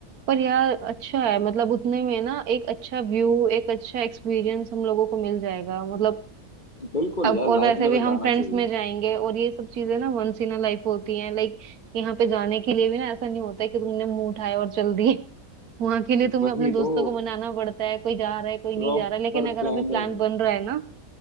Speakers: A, on the right; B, on the left.
A: पर यार अच्छा है मतलब उतने में ना एक अच्छा व्यू एक अच्छा एक्सपीरियंस हम लोगों को मिल जाएगा मतलब
B: बिल्कुल
A: अब
B: यार
A: और
B: लाइफ
A: वैसे
B: में
A: भी
B: तो
A: हम
B: जाना
A: फ्रेंड्स
B: चाहिए
A: में जाएंगे और ये सब चीजें ना वंस इन अ लाइफ होती हैं लाइक यहाँ पे जाने के लिए भी ना ऐसा नहीं होता है कि तुमने मुंह उठाया और चल दिए <laughs> वहां के लिए तुम्हें
B: वही
A: अपने दोस्तों
B: तो
A: को मनाना पड़ता है कोई जा रहा है कोई
B: प्रॉपर
A: नहीं जा रहा है लेकिन अगर
B: प्लानिंग
A: अभी प्लान बन रहा है ना